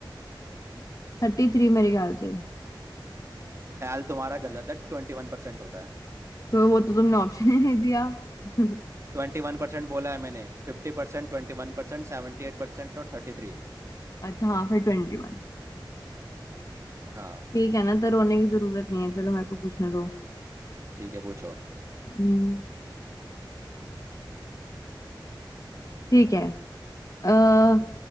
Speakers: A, on the left (about 40°); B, on the right (about 35°).
A: थर्टी थ्री मेरे ख्याल से
B: ख्याल तुम्हारा गलत है ट्वेंटी वन परसेंट होता है
A: तो वो तो तुमने ऑप्शन ही नहीं दिया <laughs>
B: ट्वेंटी वन परसेंट बोला है मैंने Fifty percent twenty one percent seventy eight percent और थर्टी थ्री
A: अच्छा हाँ फिर ट्वेंटी वन
B: हाँ
A: ठीक है ना तो रोने की जरूरत नहीं है चलो मेरे को पूछने दो
B: ठीक है पूछो
A: हम्म, ठीक है अः